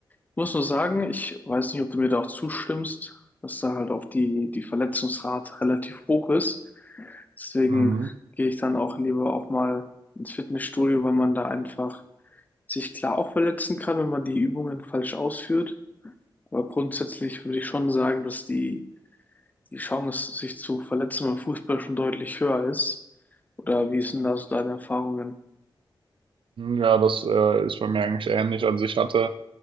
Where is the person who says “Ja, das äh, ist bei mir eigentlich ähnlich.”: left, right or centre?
Right